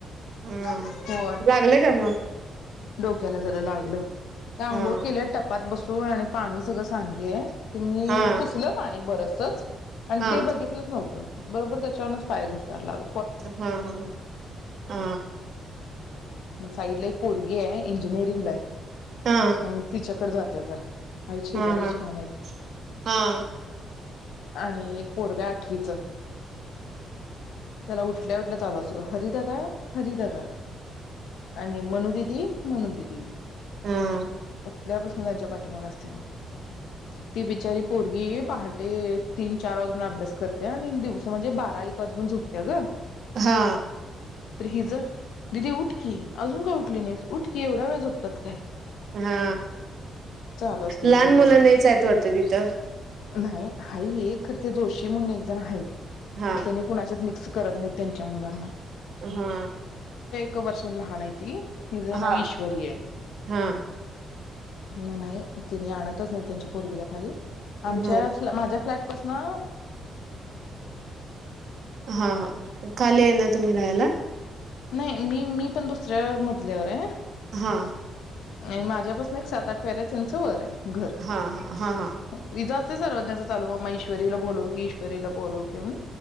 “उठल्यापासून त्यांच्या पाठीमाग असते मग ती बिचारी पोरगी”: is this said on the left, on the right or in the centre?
Left